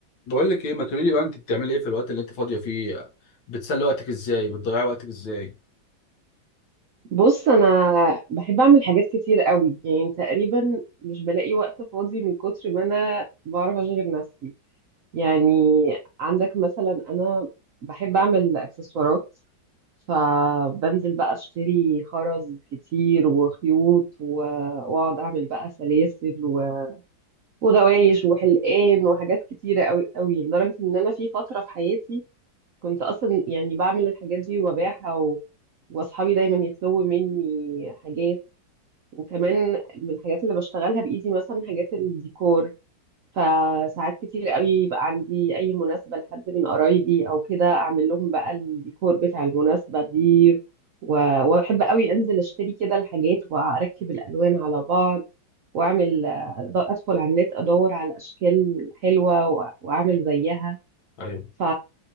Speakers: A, on the left (about 80°); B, on the right (about 75°).
A: بقول لك ايه ما تقولي لي بقى انت بتعملي ايه في الوقت اللي انت فاضيه فيه بتسلي وقتك ازاي بتضيعي وقتك ازاي
B: بص انا بحب اعمل حاجات كتير قوي يعني تقريبا مش بلاقي وقت فاضي من كتر ما انا بعرف اشغل نفسي يعني عندك مثلا انا بحب اعمل اكسسوارات فبنزل بقى اشتري خرز كتير وخيوط و- واقعد اعمل بقى سلاسل و- وغوايش وحلقان وحاجات كتيرة قوي قوي لدرجة ان انا في فترة في حياتي كنت اصلا يعني بعمل الحاجات دي وببيعها و... واصحابي دايما يطلبوا مني حاجات وكمان من الحاجات اللي بشتغلها بايدي مثلا حاجات الديكور فساعات كتير قوي يبقى عندي اي مناسبة لحد من قرايبي او كده اعمل لهم بقى الديكور بتاع المناسبة دي و... واحب قوي انزل اشتري كده الحاجات واركب الالوان على بعض واعمل أد- ادخل على النت ادور على اشكال حلوة و- واعمل زيها
A: ايوه
B: ف...